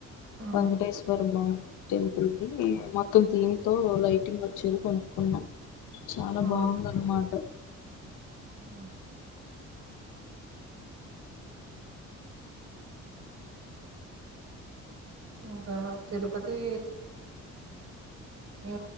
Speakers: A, on the right (about 55°); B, on the left (about 85°).
A: ఆ
B: వెంకటేశ్వర్ బో టెంపుల్ది మొత్తం థీమ్ తో లైటింగ్ వచ్చేది కొనుక్కున్నాం చాలా
A: ఆ
B: బాగుంది అనమాట
A: ఆ ఇంకా తిరుపతి ఇమ